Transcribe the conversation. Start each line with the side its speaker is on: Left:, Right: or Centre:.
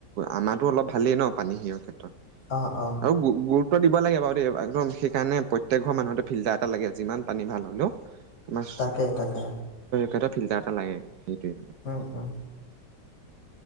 Right: আমাৰো অলপ ভালেই ন পানী সিহৰ ক্ষেত্ৰত।
Left: অ অ
Right: আৰু গ দিব লাগে বাৰু দেই। একম সেইকাৰে প্ৰত্যেক ঘৰ মানুহতে ফিল্টাৰ এটা লাগে যিমান। পানী ভাল হ'ল তোমাৰ,
Left: তাকে তাকে
Right: তাতে ফিলটাৰ এটা লাগে সেইৱে।
Left: উম-উম,